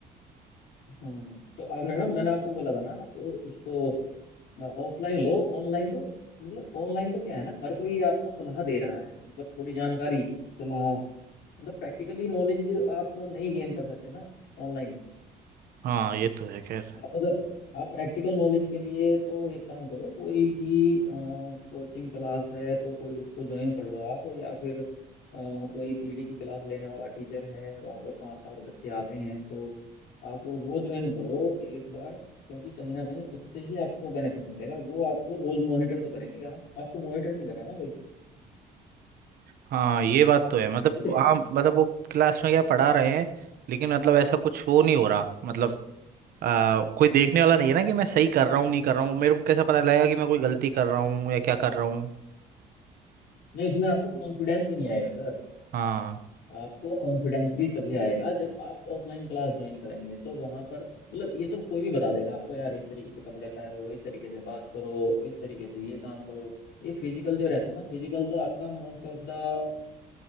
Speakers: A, on the left; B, on the right.
A: हम्म, तो आपने ना मैंने आपको बोला था ना आप उसको ऑफलाइन लो ऑनलाइन तो मतलब ऑनलाइन तो क्या है ना हर कोई आपको सलाह दे रहा है मतलब थोड़ी जानकारी सलाह मतलब प्रैक्टिकली नॉलेज आप नहीं गेन कर सकते ना ऑनलाइन
B: हाँ ये तो है खैर
A: आप अगर आप प्रैक्टिकल नॉलेज के लिए तो एक काम करो कोई भी कोचिंग क्लास है तो कोई उसको ज्वाइन कर लो आप या फिर अ, कोई पीडी की क्लास लेने वाला टीचर है वहाँ पर पांच सात बच्चे आते हैं तो आप वो ज्वाइन करो एक बार क्योंकि कहीं ना कहीं उससे ही आपको बेनिफिट मिलेगा वो आपको रोज मॉनिटर तो करेंगे यहाँ आपको मॉनिटर नहीं कर रहा ना कोई
B: हाँ ये बात तो है मतलब
A: अरे
B: हाँ मतलब वो क्लास में क्या पढ़ा रहे हैं लेकिन मतलब ऐसा कुछ वो नहीं हो रहा मतलब आ, कोई देखने वाला नहीं है ना कि मैं सही कर रहा हूँ नहीं कर रहा हूँ मेरे को कैसे पता लगेगा कि मैं कोई गलती कर रहा हूँ या क्या कर रहा हूँ
A: नहीं उसमें आपको कॉन्फिडेंस भी नहीं आएगा सर
B: हाँ
A: आपको कॉन्फिडेंस भी तभी आएगा जब आप ऑफलाइन क्लास ज्वाइन करेंगे तो वहां पर मतलब ये तो कोई भी बता देगा आपको यार इस तरीके से कपड़े पहनो इस तरीके से बात करो इस तरीके से ये काम करो ये फिजिकल जो रहता है ना फिजिकल तो आपका मोस्ट ऑफ द